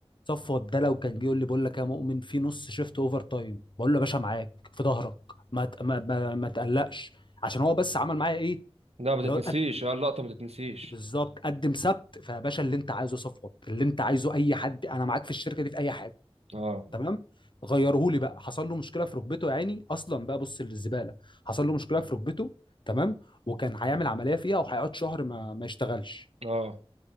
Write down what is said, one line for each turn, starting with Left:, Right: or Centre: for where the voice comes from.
Left: صفوت ده لو كان جه يقول لي بقول لك يا مؤمن في نص شيفت اوفر تايم بقول له يا باشا معاك في ظهرك ما ت- ما ما, ما تقلقش عشان هو بس عمل معايا ايه
Right: لا ما
Left: اللي
Right: تتنسيش
Left: هو قد
Right: اه اللقطه ما تتنسيش
Left: بالظبط قدم سبت فيا باشا اللي انت عايزه يا صفوت اللي انت عايزه اي حد انا معاك في الشركه دي في اي حاجه
Right: اه
Left: تمام غيرهولي بقى حصل له مشكله في ركبته يا عيني اصلا بقى بص للزباله حصل له مشكله في ركبته تمام وكان هيعمل عمليه فيها وهيقعد شهر ما ما يشتغلش
Right: اه